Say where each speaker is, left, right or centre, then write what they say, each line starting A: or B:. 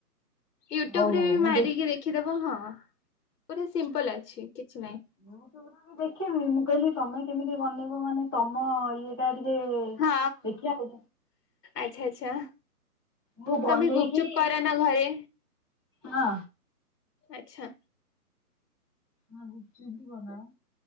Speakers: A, on the left; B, on the right.
A: ୟୁଟ୍ୟୁବ୍
B: ହଉ
A: ରେ
B: ହଉ
A: ବି
B: ମୁଁ
A: ମାରିକି
B: ଦେଖ
A: ଦେଖିଦବ ହଁ। ପୁରା ସିମ୍ପଲ ଅଛି କିଛି ନାହିଁ।
B: ୟୁଟ୍ୟୁବ୍ ରେ ବି ଦେଖିବି ମୁଁ କହିଲି ତମେ କେମିତି ବନେଇବ ମାନେ ତମ ଇଏଟା ଟିକେ।
A: ହଁ
B: ଦେଖିବା ଆଉ
A: ଆଚ୍ଛା ଆଚ୍ଛା।
B: ମୁଁ ବନେଇକି
A: ତମେ ଗୁପଚୁପ କର ନା ଘରେ?
B: ହଁ।
A: ଆଛା।
B: ନା ଗୁପ୍ ଚୁପ୍ ବି ବନାଅ